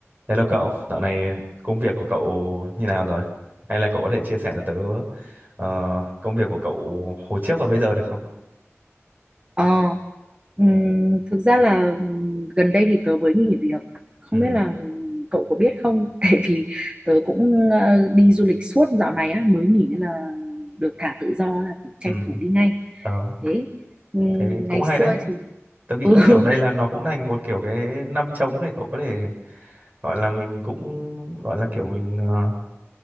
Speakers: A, on the right (about 40°); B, on the right (about 20°).
A: Hello cậu, dạo này công việc của cậu như nào rồi? Hay là cậu có thể chia sẻ cho tớ ờ, công việc của cậu hồi trước và bây giờ được không?
B: Ờ, ừm, thực ra là ừm, gần đây thì tớ mới nghỉ việc. Không
A: Ừ,
B: biết là ừm, cậu có biết không? <laughs> Tại vì tớ cũng ờ, đi du lịch suốt dạo này á, mới nghỉ nên là được thả tự do là phải tranh
A: ừ,
B: thủ đi ngay.
A: ờ,
B: Thế ừm,
A: thế cũng
B: ngày
A: hay
B: xưa
A: đấy.
B: thì
A: Tớ nghĩ
B: <laughs>
A: là kiểu đây là nó cũng thành một kiểu cái năm trống để cậu có thể gọi là mình cũng gọi là kiểu mình ờ,